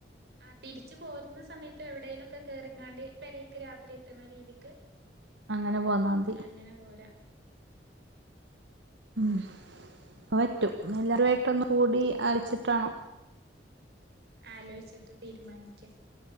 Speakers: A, on the right; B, on the right.
A: ആഹ് തിരിച്ചു പോരുന്ന സമയത്ത് എവിടേലൊക്കെ കേറിങ്ങാണ്ട് പെരേക്ക് രാത്രി എത്തണ രീതിക്ക്
B: അങ്ങനെ പോന്നാ മതി
A: അങ്ങനെ പോരാ
B: ഉം അത് പറ്റും എല്ലറുമായിട്ടൊന്ന്
A: അങ്ങനെ
B: കൂടി ആലോയിച്ചിട്ട്
A: ഉം
B: വേണം
A: ആലോചിച്ചിട്ട് തീരുമാനിക്കാം